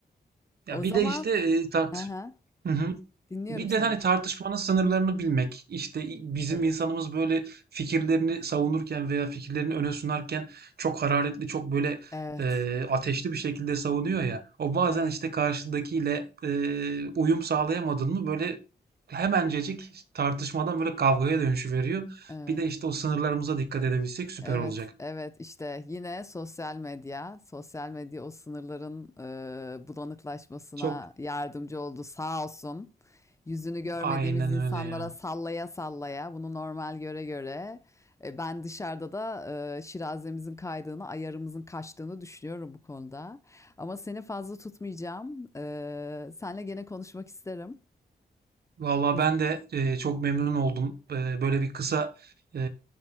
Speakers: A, on the right; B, on the left.
A: Ya
B: O
A: bir
B: zaman
A: de işte e, tart.
B: Aha.
A: Hı hı.
B: Dinliyorum
A: Bir
B: seni.
A: de hani tartışmanın sınırlarını bilmek, işte bizim
B: Evet.
A: insanımız böyle fikirlerini savunurken veya fikirlerini öne sunarken çok hararetli, çok böyle
B: Evet.
A: e, ateşli bir şekilde savunuyor ya. O bazen
B: Evet.
A: işte karşıdakiyle e, uyum
B: Hı.
A: sağlayamadın mı böyle hemencecik tartışmadan böyle kavgaya dönüşü veriyor.
B: Evet.
A: Bir de işte o sınırlarımıza dikkat edebilsek süper
B: Evet.
A: olacak.
B: Evet. İşte yine sosyal medya. Sosyal medya o sınırların e, bulanıklaşmasına
A: Çok
B: yardımcı oldu sağ olsun. Yüzünü görmediğimiz
A: aynen
B: insanlara
A: öyle ya.
B: sallaya sallaya bunu normal göre göre e, ben dışarıda da e, şirazemizin kaydığını, ayarımızın kaçtığını düşünüyorum bu konuda. Ama seni fazla tutmayacağım. E, senle gene konuşmak isterim.
A: Vallahi
B: Güz-
A: ben de e, çok memnun oldum. E, böyle bir kısa e,